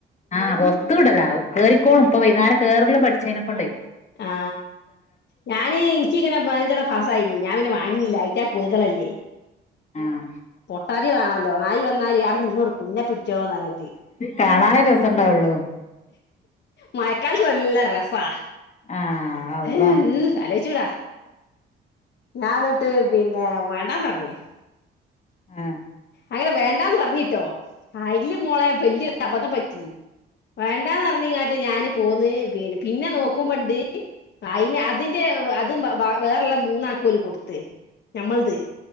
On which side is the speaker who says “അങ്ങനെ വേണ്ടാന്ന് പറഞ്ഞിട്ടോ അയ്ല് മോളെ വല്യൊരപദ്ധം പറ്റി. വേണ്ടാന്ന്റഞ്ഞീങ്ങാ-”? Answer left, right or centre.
Left